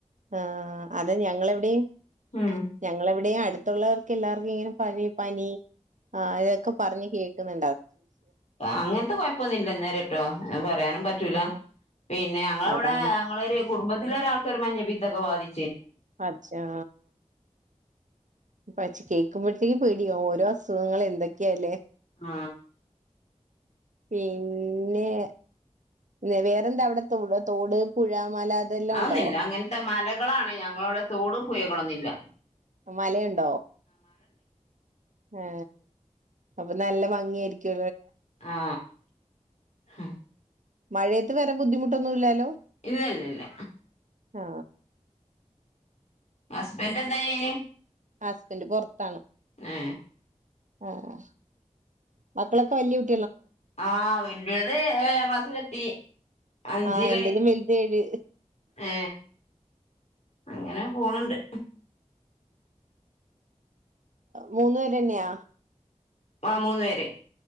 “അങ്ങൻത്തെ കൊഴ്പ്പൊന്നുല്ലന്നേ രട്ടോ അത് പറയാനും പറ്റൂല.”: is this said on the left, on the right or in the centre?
Left